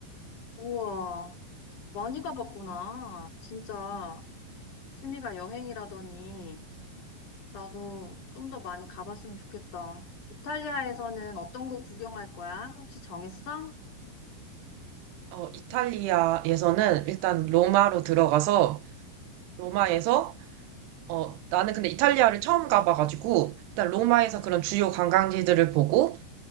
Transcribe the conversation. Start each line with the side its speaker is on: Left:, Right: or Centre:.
Left: 우와. 많이 가봤구나. 진짜 취미가 여행이라더니 나도 좀 더 많이 가봤으면 좋겠다. 이탈리아에서는 어떤 곳 구경할 거야? 혹시 정했어?
Right: 어, 이탈리아에서는 일단 로마로 들어가서, 로마에서, 어, 나는 근데 이탈리아를 처음 가봐가지고, 일단 로마에서 그런 주요 관광지들을 보고,